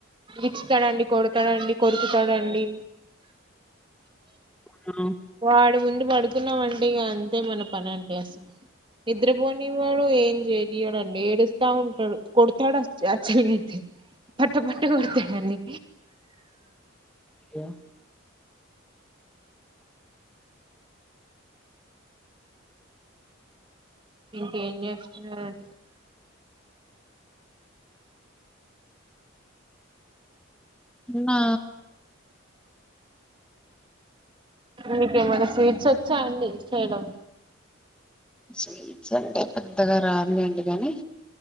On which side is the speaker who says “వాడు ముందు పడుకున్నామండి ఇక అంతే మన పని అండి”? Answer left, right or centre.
Right